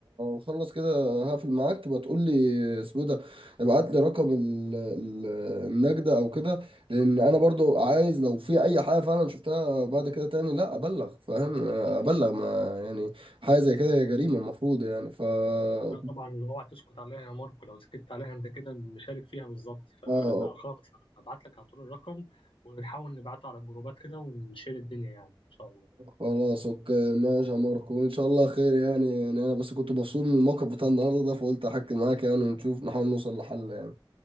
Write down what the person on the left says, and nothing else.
لا طبعا اوعى تسكت عليها يا ماركو لو سكت عليها انت كده مشارك فيها بالظبط فلا
خالص هبعت لك على طول الرقم ونحاول نبعته على الجروبات كده ونشير الدنيا يعني ان شاء الله